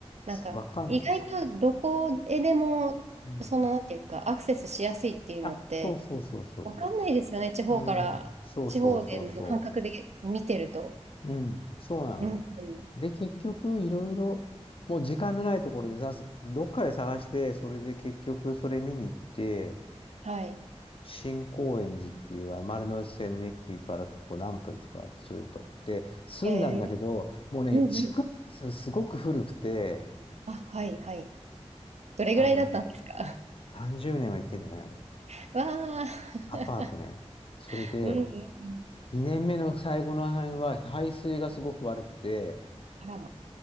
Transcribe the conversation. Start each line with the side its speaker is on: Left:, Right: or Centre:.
Right: なんか、
Left: わかんないし。
Right: 意外とどこへでも、
Left: うん。
Right: その、なんていうか、アクセスしやすいっていうのって、
Left: あ、そうそうそうそうそうそう。
Right: わかんないですよね。地方から、
Left: うん。そうそうそうそ
Right: 地方での感覚で見てると。
Left: う。うん。そうなのよ。
Right: うんうん。
Left: で、結局、いろいろ、もう時間のないところでさ、どっかで探して、それで結局それ見に行って、
Right: はい。
Left: 新高円寺っていうあ丸ノ内線の駅から徒歩何分とかあって、それで取って、住んだんだけど、
Right: ええ
Left: もうね、
Right: うんうん。
Left: 築年数すごく古くて、
Right: あ、はいはい。どれぐらいだったんですか
Left: あの、30年は行ってんじゃないあれ。
Right: <laughs> わあ。
Left: アパートね。それで、
Right: <laughs> うんうんうん。
Left: 2年目の最後の範囲は排水がすごく悪くて、
Right: あらま。